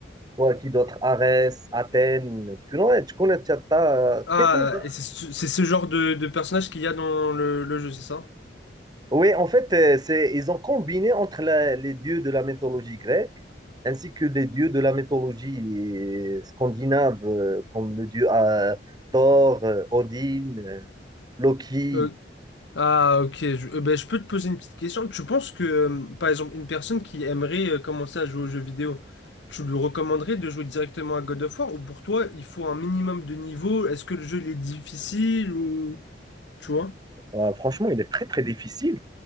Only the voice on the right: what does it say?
quoi, qui d'autre, Arès, Athènes. Tu connais, tu connais, t'as- t'as
quelqu'un? toi
Oui, en fait, euh, c'est, ils ont combiné entre la- les dieux de la mythologie grecque ainsi que les dieux de la mythologie euh, scandinave, euh, comme le dieu euh, Thor, euh, Odin, euh, Loki.
Euh, franchement, il est très très difficile.